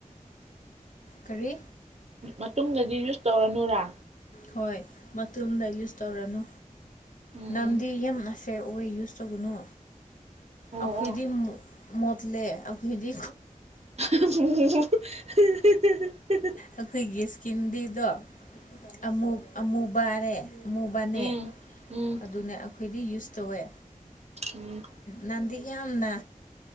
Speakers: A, on the left; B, on the right.
A: ꯀꯔꯤ
B: ꯃꯇꯨꯡꯗꯗꯤ ꯌꯨꯁ ꯇꯧꯔꯅꯨꯔꯥ
A: ꯍꯣꯏ ꯃꯇꯗ ꯌꯨꯁ ꯇꯧꯔꯅꯨ
B: ꯎꯝ
A: ꯅꯟꯗꯤ ꯌꯥꯝ ꯑꯦ ꯐꯦꯋꯦ ꯌꯨꯁ ꯇꯧꯒꯅꯨ
B: ꯑꯣ
A: ꯑꯈꯣꯏꯗꯤ
B: ꯑꯣ
A: ꯃꯠꯂ ꯑꯈꯣꯏꯗꯤ
B: <unintelligible>
A: ꯑꯩꯈꯣꯏꯒꯤ ꯏꯁꯀꯤꯟꯗꯤꯗꯣ ꯑꯃꯨꯛ ꯑꯃꯨ ꯕꯥꯔꯦ ꯑꯃꯨꯕꯥꯟꯅ
B: ꯎꯝ ꯎꯝ
A: ꯑꯗꯨꯅꯦ ꯑꯩꯈꯣꯏꯗꯤ ꯌꯨꯁ ꯇꯧꯋꯦ
B: ꯎꯝ
A: ꯅꯟꯗꯤ ꯌꯥꯝꯅ